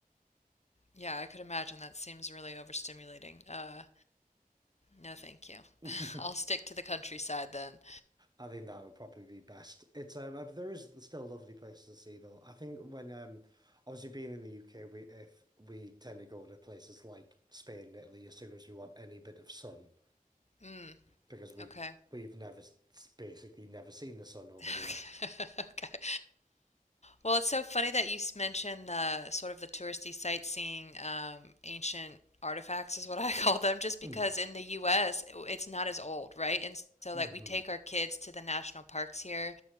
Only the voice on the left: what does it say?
Yeah, I could imagine that seems really overstimulating. Uh, no, thank you.
<laughs> I'll stick to the countryside then.
Mm,
okay.
<laughs>
Okay. Okay. Well, it's so funny that you s- mentioned the sort of the touristy sightseeing um, ancient artifacts is what I <laughs> call them, just
because in the U.S. it's not as old, right? And so
like we take our kids to the national parks here,